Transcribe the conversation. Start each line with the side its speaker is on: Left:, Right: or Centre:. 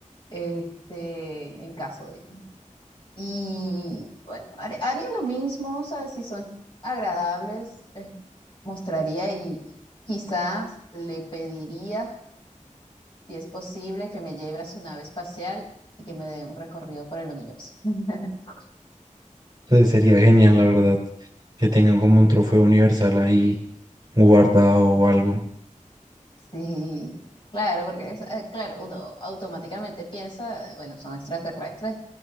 Left: este, en caso de... Y bueno, har- haría lo mismo, o sea, si son agradables, les mostraría y quizás le pediría, si es posible, que me lleve a su nave espacial y que me dé un recorrido por el universo. <laughs>
Right: Entonces sería genial, la verdad, que tengan como un trofeo universal ahí guardado o algo.
Left: Sí, claro, porque es- eh, claro, uno automáticamente piensa, bueno, son extraterrestres,